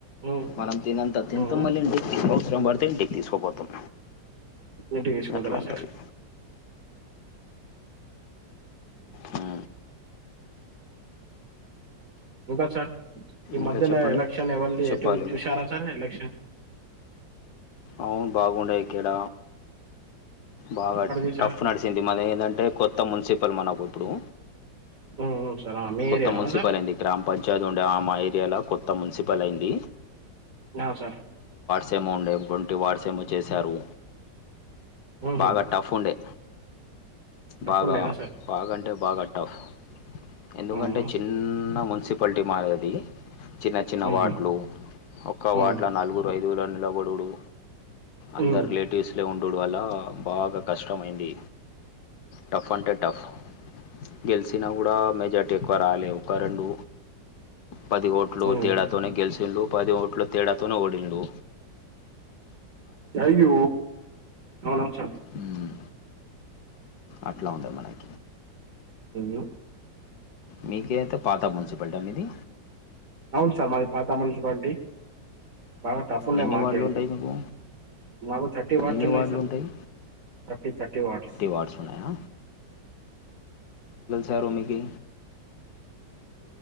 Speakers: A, on the right; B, on the left.
A: ఉమ్,
B: మనం తినంత తింతం
A: ఉమ్,
B: మళ్ళీ ఇంటికి అవసరం పడితే ఇంటికి తీసుకుపోతాం
A: ఇంటికి తీస్కపోతారా
B: అట్లా ఉంటుంది
A: సార్
B: ఆ
A: ఇంకా సార్ ఈ
B: ఇంకా
A: మధ్యలో
B: చెప్పండి
A: ఎలక్షన్ ఏవల్ది
B: చెప్పాలి
A: ఎటు
B: మీరు
A: చూశారా సార్ ఎలక్షన్
B: అవును బాగుండయిక్కడ బాగా
A: ఎక్కడిది సార్
B: టఫ్ నడిసింది మన ఏంటంటే కొత్త మున్సిపల్ మనకు ఇప్పుడు
A: ఆ సార్ మీ
B: కొత్త
A: ఏరియాలోనా
B: మున్సిపల్
A: సార్
B: అయింది గ్రామ పంచాయతీ ఉండే ఆ మా ఏరియాలో కొత్త మున్సిపల్ అయింది
A: ఆ సార్
B: సేమో ఉండే గుంటి వాడుస ఏమో చేశారు
A: ఉహు.
B: బాగా టఫ్ ఉండే
A: తప్పకుండా
B: బాగా
A: సార్
B: బాగాంటే బాగా టఫ్ ఎందుకంటే
A: ఉహు,
B: చిన్న ము మున్సిపాలిటీ మాది చిన్న చిన్న
A: ఉహు,
B: వార్డులు ఒక్క
A: ఉహు,
B: వార్డులో నలుగురు ఐదుగురు నిలవడుడు అందరు
A: ఉహు,
B: రిలేటివ్స్ లో ఉం డుడు వల్ల బాగా కష్టమైంది టఫ్ అంటే టఫ్ గెలిచినా కూడా మెజార్టీ ఎక్కువ రాలేవు ఒక రెండు పది ఓట్లు
A: ఉహు.
B: తేడాతోనే గెలిచింళు పది ఓట్లు తేడాతోనే ఓడిళ్ళు
A: కాయి అవునాచ్చ
B: మ్మ్. అట్లా ఉండదు మనకి
A: ఆ ఏ
B: మీకేతది పాత మున్సిపాలిటీ అ మీది
A: అవును సార్ మాది పాత మున్సిపాలిటీ బాగా టఫ్ ఉండే
B: ఎన్ని
A: మాకేయితే
B: వార్డులు ఉంటాయి మీకు
A: మాకు థర్టీ వాడ్స్
B: ఎన్ని
A: ఉన్నాయి
B: వార్డులు
A: సార్
B: ఉంటాయి
A: థర్టీ థర్టీ వార్డుసు
B: వార్డ్స్ ఉన్నాయా సారు మీకి